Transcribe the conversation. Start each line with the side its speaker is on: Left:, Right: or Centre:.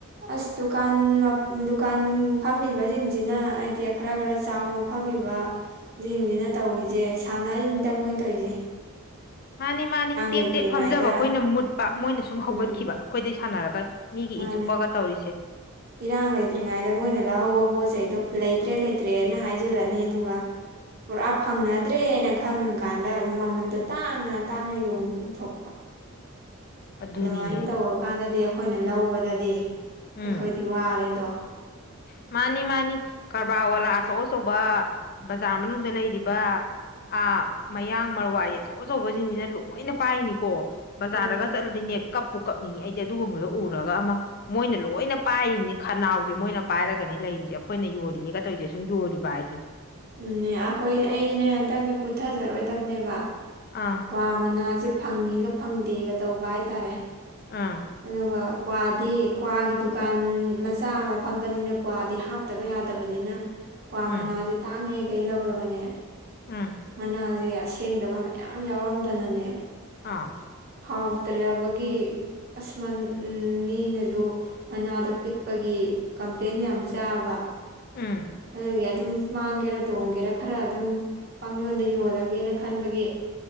Right: ꯑꯁ ꯗꯨꯀꯥꯟ ꯃꯞ ꯗꯨꯀꯥꯟ ꯐꯝꯃꯤꯕꯖꯤꯡꯖꯤꯅ ꯍꯥꯏꯗꯤ ꯈꯔ ꯒꯔ ꯆꯥꯎꯅ ꯐꯝꯃꯤꯕ ꯖꯤꯡꯖꯤꯅ ꯇꯧꯔꯤꯖꯦ ꯁꯥꯟꯅꯔꯤꯅꯤꯗ ꯃꯣꯏꯅ ꯇꯧꯔꯤꯖꯦ
Left: ꯃꯥꯅꯤ ꯃꯥꯅꯤ ꯇꯦꯛ
Right: ꯂꯩꯇ꯭ꯔꯤꯉꯩꯗ
Left: ꯇꯦꯛ ꯐꯝꯖꯕ ꯑꯈꯣꯏꯅ ꯃꯨꯠꯄ ꯃꯣꯏꯅ ꯁꯨꯝ
Right: ꯎꯝ
Left: ꯍꯧꯒꯠꯈꯤꯕ ꯑꯈꯣꯏꯗꯩ ꯁꯥꯟꯅꯔꯒ ꯃꯤꯒꯤ
Right: ꯃꯥꯅꯦ
Left: ꯏꯆꯨꯞꯄꯒ ꯇꯧꯔꯤꯁꯦ
Right: <inaudible> ꯏꯔꯥꯡ ꯂꯩꯇ꯭ꯔꯤꯉꯩꯗ ꯃꯣꯏꯅ ꯂꯧꯍꯧꯕ ꯄꯣꯠ ꯆꯩꯗꯣ ꯂꯩꯇ꯭ꯔꯦ ꯂꯩꯇ꯭ꯔꯦꯅ ꯍꯥꯏꯖꯤꯜꯂꯅꯤ ꯑꯗꯨꯒ ꯄꯨꯔꯥ ꯐꯪꯅꯗ꯭ꯔꯦꯅ ꯈꯪꯉꯀꯥꯟꯗ ꯃꯃꯟꯗꯣ ꯇꯥꯡꯅ ꯇꯥꯡꯅ ꯌꯣꯡꯊꯣꯛꯄ
Left: ꯑꯗꯨꯅꯤꯅꯦ
Right: ꯑꯗꯨꯃꯥꯏꯅ ꯇꯧꯔꯀꯥꯟꯗꯗꯤ ꯑꯩꯈꯣꯏꯅ ꯂꯧꯕꯗꯗꯤ ꯑꯩꯈꯣꯏꯗꯤ
Left: ꯎꯝ
Right: ꯋꯥꯔꯦꯗꯣ
Left: ꯃꯥꯅꯤ ꯃꯥꯅꯤ ꯀꯔꯕꯥꯔ ꯋꯥꯂꯥ ꯑꯆꯧ ꯑꯆꯧꯕ ꯕꯖꯥꯔ ꯃꯅꯨꯡꯗ ꯂꯩꯔꯤꯕ ꯑ ꯃꯌꯥꯡ ꯃꯔꯋꯥꯔꯤ ꯑꯆꯧ ꯑꯆꯧꯕꯖꯤꯡꯖꯤꯅ ꯂꯣꯏꯅ ꯄꯥꯏꯅꯤꯀꯣ ꯕꯖꯥꯔꯗꯒ
Right: ꯃꯥꯅꯦ
Left: ꯆꯠꯂꯗꯤꯅꯦꯛ ꯀꯞꯄꯨ ꯀꯞꯅꯤꯡꯉꯤ ꯑꯩꯗꯤ ꯑꯗꯨꯒꯨꯝꯕꯗꯣ ꯎꯔꯒ ꯑꯃ ꯃꯣꯏꯅ ꯂꯣꯏꯅ ꯄꯥꯏꯔꯤꯕꯅꯤ ꯈꯅꯥꯎꯁꯦ ꯃꯣꯏꯅ ꯄꯥꯏꯔꯒꯅꯤ ꯂꯩꯔꯤꯖꯦ ꯑꯈꯣꯏꯅ ꯌꯣꯜꯂꯤꯅꯦꯒ ꯇꯧꯏꯖꯦ ꯁꯨꯝ ꯌꯣꯜꯂꯤꯕ ꯍꯥꯏꯗꯨꯅꯤ
Right: ꯎꯝꯅꯦ ꯑꯈꯣꯏ ꯑꯩꯁꯨꯅꯦ ꯍꯟꯇꯛꯅꯦ ꯄꯨꯊꯖꯔꯣꯏꯗꯕꯅꯦꯕ
Left: ꯑꯥ
Right: ꯀ꯭ꯋꯥ ꯃꯅꯥꯖꯦ ꯐꯪꯉꯤꯒ ꯐꯪꯗꯦꯒ ꯇꯧꯕ ꯍꯥꯏꯇꯥꯔꯦ
Left: ꯑꯥ
Right: ꯑꯗꯨꯒ ꯀ꯭ꯋꯥꯗꯤ ꯀ꯭ꯋꯥꯒꯤ ꯗꯨꯀꯥꯟ ꯃꯆꯥ ꯑꯃ ꯐꯝꯕꯅꯤꯅ ꯀ꯭ꯋꯥꯗꯤ ꯍꯥꯞ ꯇꯕ ꯌꯥꯗꯕꯅꯤꯅ ꯀ꯭ꯋꯥ
Left: ꯎꯝ
Right: ꯃꯅꯥꯖꯦ ꯇꯥꯡꯉꯦ ꯒꯩ ꯂꯧꯔꯒꯅꯦ
Left: ꯎꯝ
Right: ꯃꯅꯥꯖꯦ ꯑꯁꯤ ꯁꯦꯡꯗꯕ ꯃꯌꯥꯝ ꯌꯥꯎꯔꯝꯗꯅꯅꯦ
Left: ꯑꯥ
Right: ꯍꯥꯎꯇ꯭ꯔꯕꯒꯤ ꯑꯁ ꯃꯟ ꯃꯤꯅꯖꯨ ꯃꯅꯥꯗꯣ ꯄꯤꯛꯄꯒꯤ ꯀꯝꯄ꯭ꯂꯦꯟ ꯌꯥꯝ ꯆꯥꯕ
Left: ꯑꯥ꯫
Right: ꯑꯗꯨꯒꯤ ꯑꯗꯨꯝ ꯃꯥꯡꯒꯦꯔ ꯇꯣꯡꯒꯦꯔ ꯈꯔ ꯑꯗꯨꯝ__ ꯄꯪ ꯌꯣꯟꯗ ꯌꯣꯜꯂꯒꯦꯅ ꯈꯟꯕꯒꯤ꯫